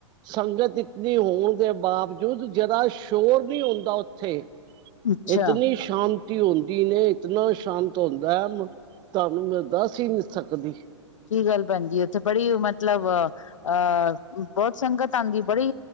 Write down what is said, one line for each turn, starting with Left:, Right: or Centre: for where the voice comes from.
Right: ਸੰਗਤ ਇਤਨੀ ਹੋਣ ਦੇ ਬਾਵਜੂਦ ਜਰਾ ਸ਼ੋਰ ਨਹੀਂ ਹੁੰਦਾ ਉੱਥੇ
Left: ਅੱਛਾ
Right: ਇਤਨੀ ਸ਼ਾਂਤੀ ਹੁੰਦੀ ਨੇ ਇਤਨਾ ਸ਼ਾਂਤ ਹੁੰਦਾ ਹੈ ਤੁਹਾਨੂੰ ਮੈਂ ਦੱਸ ਹੀ ਨਹੀਂ ਸਕਦੀ।
Left: ਕੀ ਗੱਲ ਭੈਣਜੀ ਉੱਥੇ ਬੜੀ ਮਤਲਬ ਅਹ ਬਹੁਤ ਸੰਗਤ ਆਉਂਦੀ ਬੜੀ